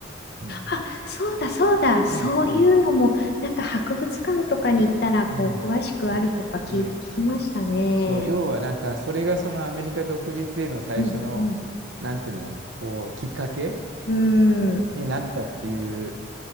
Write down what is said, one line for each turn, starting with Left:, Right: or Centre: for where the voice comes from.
Right: うん。
Left: あ、そうだそうだ。そういうのも、
Right: うん、うん、
Left: なんか博物館とかに行ったら、こう、
Right: うん。
Left: 詳しくあるとか聞、
Right: ね。
Left: 聞きましたね。
Right: そう、要はなんか、それがそのアメリカ独立への最初の、
Left: うんうん。
Right: なんていうの、こう、きっかけ
Left: うん。
Right: になったっていう